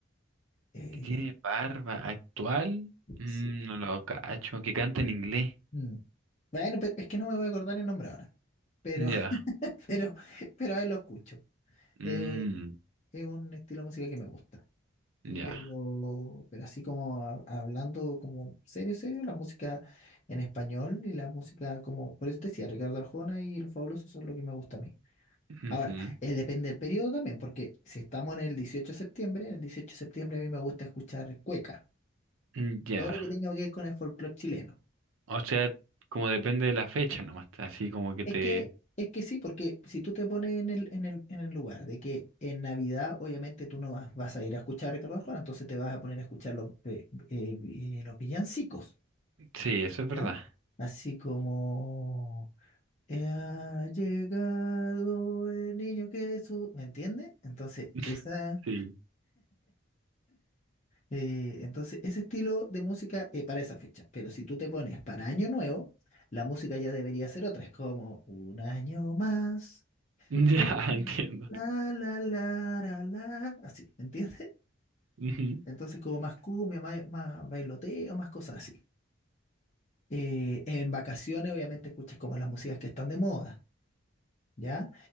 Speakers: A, on the left; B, on the right.
A: eh,
B: que tiene barba actual, mm,
A: Sí.
B: no lo cacho, que canta en inglés.
A: Mm. Bueno, pero es que no me voy a acordar el nombre ahora. Pero,
B: Ya.
A: <laughs> pero, pero a él lo escucho.
B: Mm,
A: Eh, es un estilo de música que me gusta.
B: ya.
A: Pero, pero así como hab- hablando como serio, serio, la música en español y la música como, por eso te decía, Ricardo Arjona y El Fabuloso son lo que me gusta a mí.
B: Ujú.
A: Ahora, eh, depende del periodo también, porque si estamos en el 18 de septiembre, el 18 de septiembre a mí me gusta escuchar cueca,
B: Ya.
A: todo lo que tenga que ver con el folclore chileno.
B: O sea, como depende de la fecha nomás, así como que
A: Es
B: te...
A: que, es que sí, porque si tú te pones en el, en el, en el lugar de que en Navidad, obviamente tú no vas, vas a ir a escuchar a Ricardo Arjona, entonces te vas a poner a escuchar los, eh, eh, vi- eh, los villancicos,
B: Sí, eso es
A: ¿ya?
B: verdad.
A: Así como ha llegado el niño Jesús, ¿me entiendes? Entonces,
B: <laughs>
A: esa,
B: Sí.
A: eh, entonces, ese estilo de música eh, para esa fecha. Pero si tú te pones para Año Nuevo, la música ya debería ser otra. Es como un año más.
B: Ya,
A: eh,
B: <laughs> entiendo.
A: La, la, la, la, la, así, ¿entiendes?
B: Ujú,
A: Entonces como más cumbia, más, más bailoteo, más cosas así. Eh, en vacaciones obviamente escuchas como las músicas que están de moda, ¿ya?